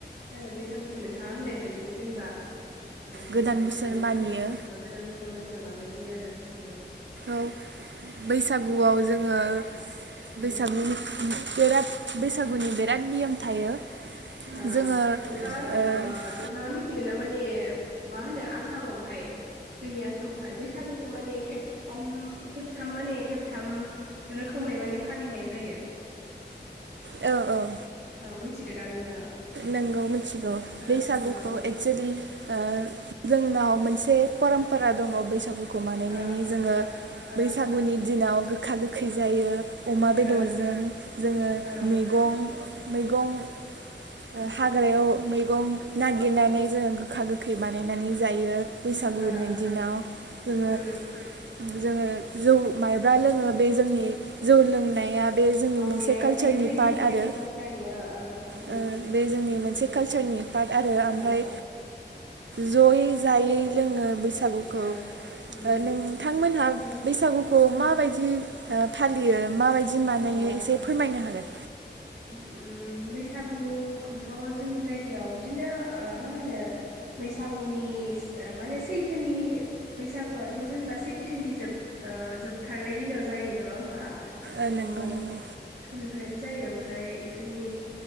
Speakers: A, on the right; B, on the right.
A: <unintelligible> गुखौ नोंथाङा होननाय बायदिनो जेनेबा ओ
B: गोदान
A: माबा
B: बोसोर
A: होननानै
B: मानियो
A: साना गोदान बोसोर मानिना लानाय जायो आरो। ओम
B: औ बैसागुआव जोङो
A: उम
B: बैसागुनि बिराद बैसागुनि बिराद नियम थायो
A: ओ
B: जोङो
A: नोंथाङा
B: ओ
A: आ नोंथाङा मिथिगोन ना माने मा होनो आसामावहाय जोंनि आ सामाव बैसागुखौ माने खेबथाम खेबथाम माने खेबथाम रोखोमै माने फालिनाय जायो।
B: औ औ
A: आ मिथिगो दा नोंथाङा?
B: नोंगौ मिथिगौ
A: ओ
B: बैसागुखौ
A: ओ
B: एक्सुेलि ओ जोंनाव मोन एसे परमपारा दङ बैसागु खौ बानायनायनि
A: ओ
B: जोङो
A: ओ ओ
B: बैसागुनि दिनाव गोखा गोखै जायो। अमा बेदरजों
A: ओ
B: जोङो
A: ओं
B: मैगं मैगं ओ
A: उम
B: हाग्रायाव मै गं नागिरनानै जोङो गोखा गोखै बानायनानै जायो। बैसागुनि
A: ओ
B: दिनाव जोङो
A: उम
B: जोङो जौ मायब्रा लोङो बे जोंनि जौ लोंनाया बे जोंनि
A: ओ
B: मोनसे
A: बेयो
B: कालचारनि
A: जोंनि ट्रेडिसन
B: पार्ट आरो
A: कालचारनि ओ ओ उम।
B: ओ बे जोंनि मोनसे
A: उम
B: कालचारनि पार्ट आरो ओमफ्राय
A: ओ
B: जों ओ ज'यै जायै जोङो बैसागुखौ
A: ओ
B: ओ
A: उम
B: नोंथांमोनहा
A: माने
B: बैसागुखौ मा माबायदि ओ फालियो। माबायदि मानायो
A: ओ
B: एसे फोरमायनो हागोन।
A: ओम बैसागुखौथ' जोंनि जायगायाव बिदिनो ओ मा होनो बैसागुनिस मानो सैथोनि बैसागुआथ' जेनेबा सैथोनि जोब ओ जोबथारनाय दिनाव जायो। नङा होमबा?
B: ओ
A: थ'
B: नंगौ नंगौ
A: <inaudible> फ्रायनो जायो। ओमफ्राय इफोरनि